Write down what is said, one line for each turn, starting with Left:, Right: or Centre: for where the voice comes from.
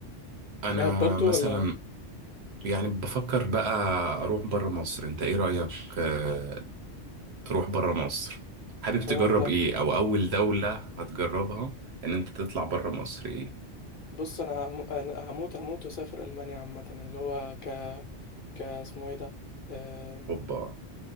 Right: أنا
Left: دهب برضو
Right: مثلا
Left: ولا
Right: يعني بفكر بقى أروح برا مصر أنت إيه رأيك آه، تروح برا مصر حابب
Left: الحوار
Right: تجرب
Left: ده؟
Right: إيه أو أول دولة هتجربها إن أنت تطلع برا مصر إيه
Left: بص أنا هم- أنا هموت هموت وأسافر ألمانيا عامة اللي هو ك ك اسمه إيه ده؟ آه،
Right: أوبا